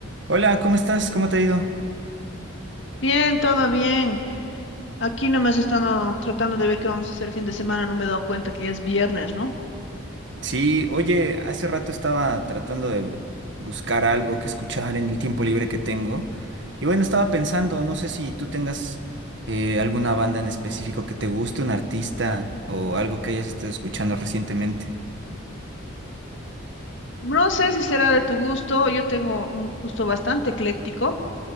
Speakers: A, on the right (about 60°); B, on the left (about 60°).
A: Hola, ¿cómo estás? ¿Cómo te ha ido?
B: Bien, todo bien. Aquí nomás están oh, tratando de ver qué vamos a hacer el fin de semana. No me he dado cuenta que ya es viernes, ¿no?
A: Sí, oye, hace rato estaba tratando de bu- buscar algo que escuchar en el tiempo libre que tengo. Y bueno, estaba pensando, no sé si tú tengas eh, alguna banda en específico que te guste, un artista o algo que hayas estado escuchando recientemente.
B: No sé si será de tu gusto. Yo tengo un gusto bastante ecléctico.